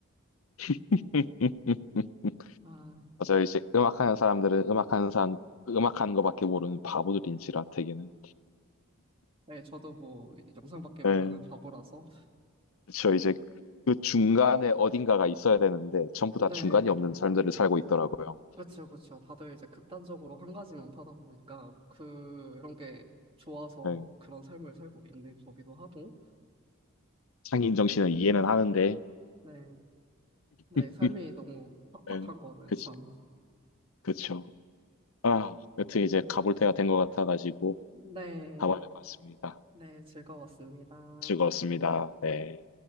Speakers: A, on the left; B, on the right.
A: <laughs>
B: 아,
A: 맞아요. 이제 음악하는 사람들은 음악하는 사람, 음악하는 것밖에 모르는 바보들인지라 되게는.
B: 네, 저도 뭐 영상밖에 모르는
A: 네.
B: 바보라서.
A: 그쵸. 이제 그 중간에 어딘가가 있어야 되는데 전부
B: 네,
A: 다 중간이 없는 삶들을 살고 있더라고요.
B: 그쵸, 그쵸. 다들 이제 극단적으로 한 가지만 파다 보니까 그런 게 좋아서
A: 네.
B: 그런 삶을 살고 있는 거기도 하고.
A: 인 정신은 이해는 하는데.
B: 네, 네,
A: <laughs>
B: 삶이 너무 팍팍한
A: 네.
B: 거는
A: 그치.
B: 참.
A: 그쵸. 아, 여튼
B: 네,
A: 이제 가볼 때가 된 것 같아가지고
B: 네,
A: 가봐야 겠습니다
B: 네, 즐거웠습니다.
A: 즐거웠습니다. 네.